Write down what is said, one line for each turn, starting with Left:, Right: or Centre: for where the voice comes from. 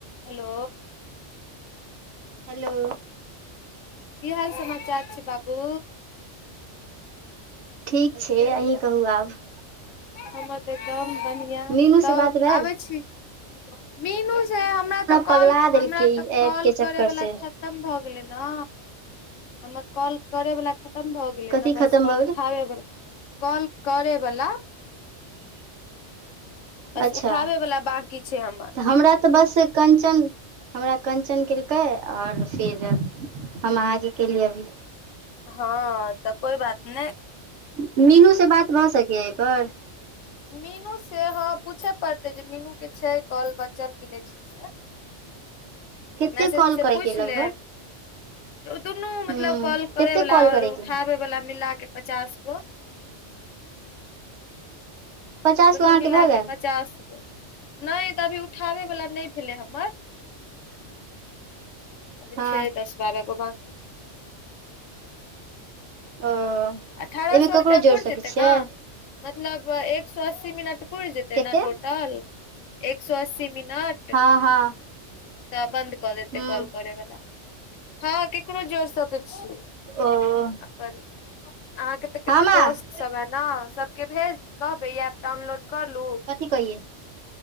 Left: Hello
Right: hello
Left: की हाल समाचार छै बाबू?
Right: ठीक छै अहीं कहू आब।
Left: हमर तऽ एकदम बढ़िआ
Right: मीनू
Left: तब
Right: से बात भेल
Left: आबै छी। मीनू से हमरा तऽ कॉल
Right: पगला
Left: हमरा
Right: देलकै ई
Left: तऽ
Right: ऐप
Left: कॉल
Right: के चक्कर
Left: करैवला
Right: से
Left: खत तम भ गेलै न हमर कॉल करै वला खतम भ गेलै
Right: कथी
Left: न बस
Right: खतम
Left: कॉल
Right: भऽ
Left: उठाबै
Right: गेलै
Left: बला कॉल करे बला बस
Right: अच्छा
Left: उठाबे वाला बाकी छै हमर
Right: तऽ हमरा तऽ बस कञ्चन हमरा कञ्चन केलकै आओर फिर हम अहाँ के केलियै अभी।
Left: हँ तऽ कोइ बात नहि।
Right: मीनू से बात भऽ सकैयै एहिपर?
Left: मीनू से हँ पूछय पड़तै जे मीनूके छै कॉल बचल कि नहि छै से।
Right: कते
Left: मैसेज
Right: कॉल
Left: से
Right: करैके
Left: पूछि लेब।
Right: लगभग
Left: दुनू मतलब
Right: हूँ
Left: कॉल करेवला
Right: कते कॉल
Left: आओर
Right: करैके
Left: उठाबे बला मिलाके पचास गो
Right: पचास
Left: दुनू
Right: गो अहाँके
Left: मिला
Right: भऽ गेल
Left: के पचास गो नहि तऽ अभी उठाबैवला नहि भेलै हमर। अभी
Right: हँ
Left: छै दस बारह गो बाकी।
Right: ओ एहिमे
Left: अठारह सए
Right: ककरो
Left: रुपैआ
Right: जोड़ि
Left: पुरि
Right: सकै
Left: जेतै
Right: छियै
Left: ने? मतलब एक सो अस्सी मिनट पुरि जेतै
Right: कते
Left: न टोटल? एक सौ अस्सी मिनट।
Right: हँ हँ।
Left: तऽ बन्द कऽ देते
Right: हूँ
Left: कॉल करे वाला हँ केकरो जोर सके छी
Right: ओ
Left: अपन अहाँके तऽ कते
Right: हँ माँ
Left: दोस्त सब है न सबके भेज कहबै ई एप डाउनलोड कर लू?
Right: कहिए